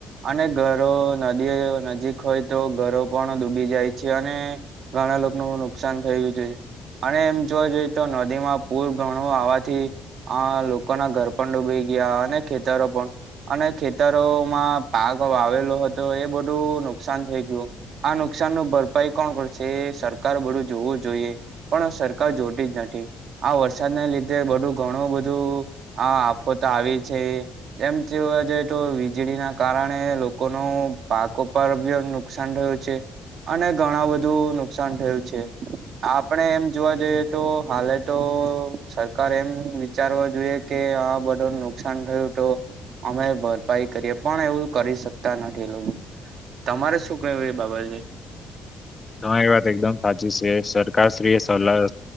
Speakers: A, on the right; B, on the left.
A: અને ઘરો નદીઓ નજીક હોય તો ઘરો પણ ડૂબી જાય છે અને ઘણા લોકોનું નુકસાન થયું છે અને એમ જોવા જઈએ તો નદીમાં પૂર ઘણું આવાથી આ લોકોના ઘર પણ ડૂબી ગયા અને ખેતરો પણ અને ખેતરોમાં પાક વાવેલો હતો એ બધું નુકસાન થઈ ગયું. આ નુકસાન નું ભરપાઈ કોણ કરશે સરકાર બધું જોવું જોઈએ. પણ સરકાર જોતી જ નથી. આ વરસાદને લીધે બધું ઘણું બધું આ આફોતા આવી છે. એમ જોવા જઈ તો વીજળીના કારણે લોકોનું પાક ઉપર નુકસાન રહ્યો છે. અને ઘણા બધું નુકસાન થયું છે આપણે એમ જોવા જઈએ તો હાલત તો સરકાર એમ વિચારવા જોઈએ કે આ બધું નુકસાન થયું તો અમે ભરપાઈ કરીએ પણ એવું કરી શકતા નથી એ લોકો તમારે શું કહેવું એ બાબતે
B: તમારી વાત એકદમ સાચી છે સરકારશ્રી એ સલાહ